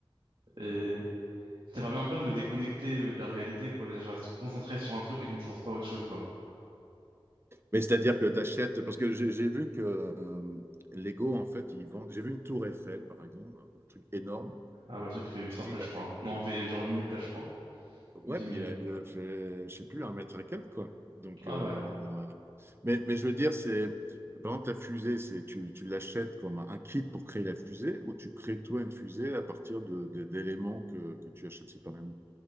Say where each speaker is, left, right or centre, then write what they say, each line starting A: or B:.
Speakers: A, on the right; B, on the right.
A: Et ça permet un peu de me déconnecter euh, de la réalité, quoi. C'est-à-dire, Je reste concentré sur un truc et donc je pense pas à autre chose, quoi.
B: mais c'est-à-dire que tu achètes, parce que j'ai j'ai vu que euh, Lego, en fait, ils vendent, j'ai vu une tour Eiffel, par exemple, un truc énorme,
A: Ah bah le truc il fait 800
B: style,
A: plages, je crois. Non, il fait genre 8000 plages, je crois.
B: ouais,
A: Ou 10
B: puis
A: 000.
B: elle fait, je sais plus, un mètre et quelques, quoi. Donc,
A: Ah
B: euh,
A: ouais.
B: mais, mais je veux dire, c'est, par exemple, ta fusée, c'est, tu, tu l'achètes comme un kit pour créer la fusée, ou tu crées toi une fusée à partir de, de- d'éléments que, que tu achètes séparément,